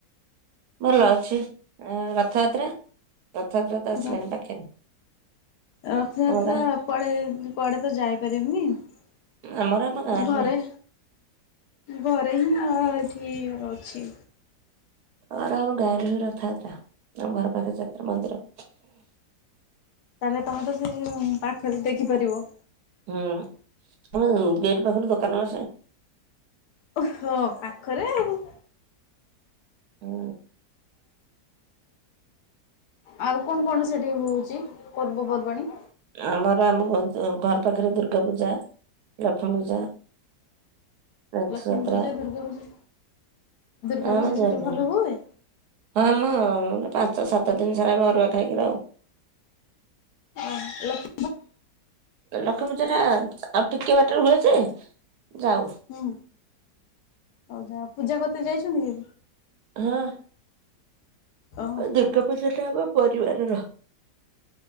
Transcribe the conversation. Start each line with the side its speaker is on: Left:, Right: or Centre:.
Right: ଭଲ ଅଛି ଅ ରଥଯାତ୍ରା ରଥଯାତ୍ରା ତ ଆସିଲାଣି
Left: ର
Right: ପାଖରେ
Left: ରଥଯାତ୍ରା
Right: ତମ ଗାଁ
Left: କୁଆଡେ କୁଆଡ଼େ ତ ଯାଇପାରିବିନି।
Right: ଆମର ଆମ ଗାଁରେ
Left: ଘରେ
Right: ହୁଏ
Left: ଘରେ ହିଁ ମୁଁଏଠି ଅଛି।
Right: ଆ ଆମ ଗାଁରେ ବି ରଥାଯାତ୍ରା ଆମ ଘର ପାଖରେ ଯାତ୍ରା ମନ୍ଦିର।
Left: ତାହେଲେ ତମେ ତ ସେ ପାଖରେ ଦେଖିପାରିବ।
Right: ହୁଁ ଆମର ଗେଟ୍ ପାଖରୁ ଦୋକାନ ଆସେ।
Left: ଓହ ପାଖରେ ଆଉ।
Right: ହୁଁ।
Left: ଆଉ କଣ କଣ ସେଠି ହଉଛି ପର୍ବପର୍ବାଣୀ?
Right: ଆମର ଆମ ଘର ପାଖରେ ଦୁର୍ଗା ପୂଜା, ଲକ୍ଷ୍ମୀ ପୂଜା। ରଥଯାତ୍ରା
Left: ଲକ୍ଷ୍ମ ପୂଜା ଦୁର୍ଗା ପୂଜା। ଦୁର୍ଗା
Right: ହଁ
Left: ପୂଜା
Right: ଆମ ଦୁାର
Left: ସେଠି
Right: ମୁହଁରେ
Left: ଭଲ ହୁଏ?
Right: ହଁ ଆମ ପାଞ୍ଚ ସାତ ଦିନ ସାରା ଆମେ ଅରୁଆ ଖାଇକି ରହୁ।
Left: <inaudible>
Right: ଲକ୍ଷ୍ମୀ ପୂଜା ଟା ଆଉ ଟିକେ ବାଟରେ ହୁଏ ଯେ ଯାଉ।
Left: ହୁଁ ହଉ ଯା ପୂଜା କର୍ତେ ଯାଇଛନ୍ତି କି?
Right: ହଁ।
Left: ଓହୋ
Right: ହଁ ଦୁର୍ଗା ପୂଜା ଟା ଆମ ପରିବାରର।